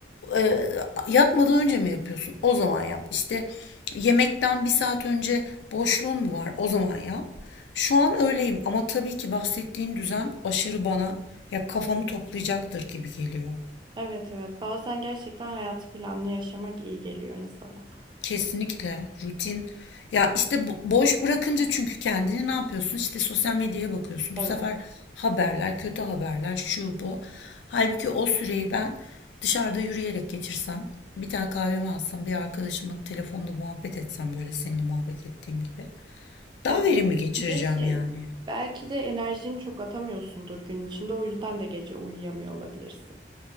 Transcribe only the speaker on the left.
e, yatmadan önce mi yapıyorsun? O zaman yap. İşte yemekten bir saat önce boşluğun mu var? O zaman yap. Şu an öyleyim ama tabii ki bahsettiğin düzen aşırı bana ya kafamı toplayacaktır gibi geliyor.
Kesinlikle rutin. Ya işte bo- boş bırakınca çünkü kendini ne yapıyorsun? İşte sosyal medyaya bakıyorsun.
Bu sefer haberler, kötü haberler, şu bu. Halbuki o süreyi ben dışarıda yürüyerek geçirsem, bir tane kahvemi alsam, bir arkadaşımla telefonda muhabbet etsem böyle seninle muhabbet ettiğim gibi. Daha
verimli geçireceğim
yani.